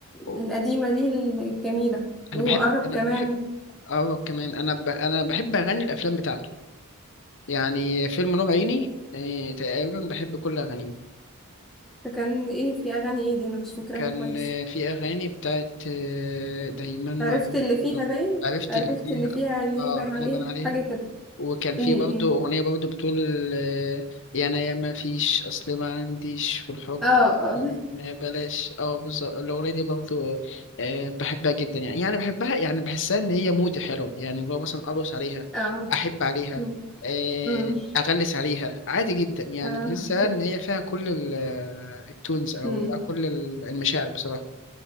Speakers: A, on the left (about 60°); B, in the centre.
A: أوه.
B: القديمة ليه الجميلة وقرب
A: انا بحب
B: كمان
A: انا بحب اه كمان انا ب... انا بحب اغني الافلام بتاعته يعني فيلم نور عيني آه، تقريبا بحب كل اغانيه
B: فكان إيه في أغاني إيه دي أنا مش فاكراها
A: كان
B: كويس
A: آه، في أغاني بتاعت آه، دايما مع
B: عرفت اللي فيها
A: أو
B: باين
A: عرفت
B: عرفت
A: اللي فيها
B: اللي فيها إني
A: اه
B: بان عليها
A: غالبا عليها
B: حاجة كده
A: وكان
B: م-
A: في برضه
B: م.
A: أغنية برضه بتقول آه، يا أنا يا ما فيش أصل ما عنديش في الحب
B: اه اه
A: ما بلاش اه بالظبط الأغنية دي برضه آه، بحبها جدا يعني يعني بحبها يعني بحسها إن هي مودي حلو يعني اللي هو مثلا أرقص عليها
B: <laughs> اه
A: أحب عليها
B: م-
A: آه،
B: م.
A: أغلس عليها عادي جدا يعني
B: اه
A: تحسها إن هي فيها كل ال- آه، التونز أو
B: م.
A: بقى كل ال- المشاعر بصراحة